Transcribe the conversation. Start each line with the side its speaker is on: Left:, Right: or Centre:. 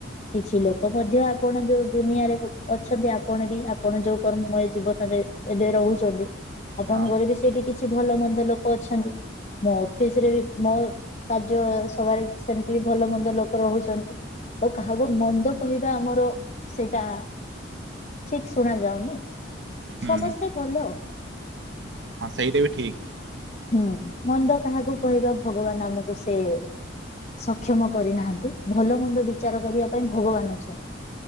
Left: କିଛି ଲୋକ ମଧ୍ୟ ଆପଣ ଯୋଉ ଦୁନିଆରେ ଅଛନ୍ତି, ଆପଣ ବି ଆପଣ ଯୋଉ କର୍ମମୟ ଜୀବନରେ ଏବେ ରହୁଚନ୍ତି, ଆପଣଙ୍କ
Right: ହଁ
Left: ଘରେ ବି ସେଇଠି କିଛି ଭଲ ମନ୍ଦ ଲୋକ ଅଛନ୍ତି। ମୋ ଅଫିସ୍ ରେ ବି ମୋ କାର୍ଯ୍ୟ ସବାରେ ସେମ୍ତି ବି ଭଲ ମନ୍ଦ ଲୋକ୍ ରହୁଚନ୍ତି ତ କାହାକୁ ମନ୍ଦ କହିବା ଆମର ସେଇଟା ଠିକ୍ ଶୁଣା ଯାଉନି,
Right: ହୁଁ
Left: ସମସ୍ତେ ଭଲ ଆଉ।
Right: ହଁ ସେଇଟା ବି ଠିକ୍।
Left: ହୁଁ ମନ୍ଦ କାହାକୁ କହିବା, ଭଗବାନ୍ ଆମୁକୁ ସେ ସକ୍ଷମ କରିନାହାନ୍ତି, ଭଲମନ୍ଦ ବିଚାର କରିବା ପାଇଁ ଭଗବାନ୍ ଅଛନ୍ତି।